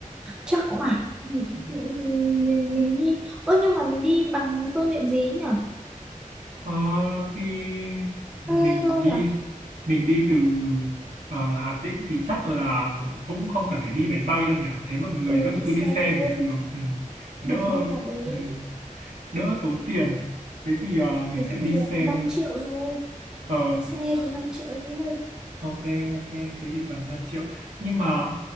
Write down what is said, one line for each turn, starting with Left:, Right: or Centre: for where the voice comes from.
Centre: chắc khoảng ừ, ừ, mình mình đi ơ nhưng mà mình đi bằng phương tiện gì nhỉ
Right: Ờ, thì à,
Centre: xe
Right: mình
Centre: thôi
Right: đi
Centre: nhỉ
Right: mình đi từ ờ, Hà Tĩnh thì chắc là cũng không cần phải đi máy bay đâu nhỉ. Thấy mọi người
Centre: ừ,
Right: vẫn
Centre: đi
Right: cứ
Centre: xe
Right: đi xe
Centre: thôi
Right: bình thường. Ừ. Đỡ
Centre: một đêm mà đến
Right: ừ. đỡ tốn tiền. Thế thì ờ, mình
Centre: thế
Right: sẽ
Centre: thì
Right: đi
Centre: ờ,
Right: xe.
Centre: 5 triệu thôi
Right: Ờ,
Centre: đi xe thì 5 triệu thôi
Right: ok ok thế thì tầm năm triệu nhưng mà